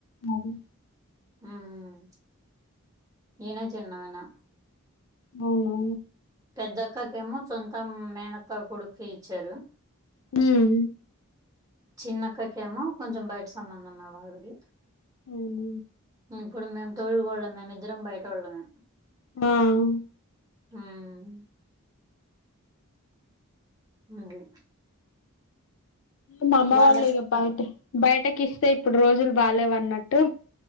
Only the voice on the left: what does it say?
అది
అవునా
ఉం
ఉం
ఉం
మా అమ్మ
వాళ్ళు ఇగా బయట బయటకి ఇస్తే ఇప్పుడు రోజులు బాలేవ్ అన్నట్టు